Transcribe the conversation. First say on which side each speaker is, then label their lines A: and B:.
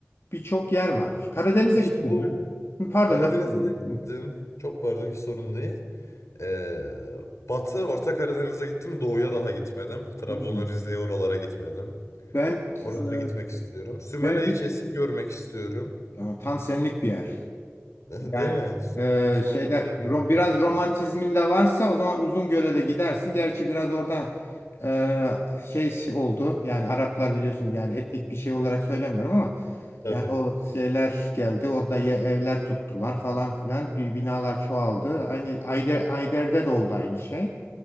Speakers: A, on the left (about 60°); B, on the left (about 80°).
A: birçok yer var. Karadeniz'e
B: İşte
A: gittim
B: bu
A: mi? Hı, Pardon
B: Karadeniz'e
A: lafını böldüm.
B: de gittim. Çok pardon hiç sorun değil. Ee, Batı Orta Karadeniz'e gittim. Doğuya daha gitmedim. Trabzon'a,
A: Hı, hı.
B: Rize'ye oralara gitmedim.
A: Ben
B: Oralara
A: e,
B: gitmek istiyorum. Sümela'yı
A: ben Riz-
B: kesin görmek istiyorum.
A: Aa, tam senlik bir yer.
B: <laughs>
A: Yani
B: Değil mi? Sü-
A: e,
B: Sümela
A: şeyde
B: güzel
A: ro-
B: görünüyor.
A: biraz romantizmin de varsa o zaman Uzungöl'e de gidersin. Gerçi biraz orada e, şey oldu. Yani Araplar biliyorsun yani etnik bir şey olarak söylemiyorum ama
B: Tabii.
A: yani o şeyler geldi. Orada ye- evler tuttular falan filan. Bir binalar çoğaldı. Aynı Ayder, Ayder'de de oldu aynı şey.